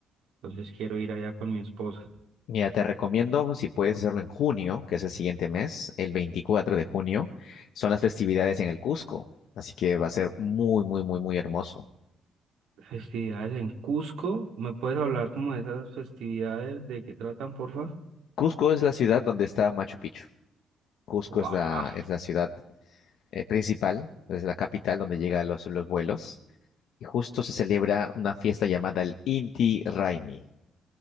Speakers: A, on the right; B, on the left.
A: Entonces quiero ir allá con mi esposa.
B: Mira, te recomiendo si puedes hacerlo en junio, que es el siguiente mes, el 24 de junio, son las festividades en el Cusco, así que va a ser muy, muy, muy, muy hermoso.
A: Festividades en Cusco, ¿me puedes hablar como de esas festividades? ¿De qué tratan, porfa?
B: Cusco es la ciudad donde está Machu Picchu. Cusco
A: ¡Wow!
B: es la, es la ciudad eh, principal, es la capital donde llegan los, los vuelos, y justo se celebra una fiesta llamada el Inti Raymi,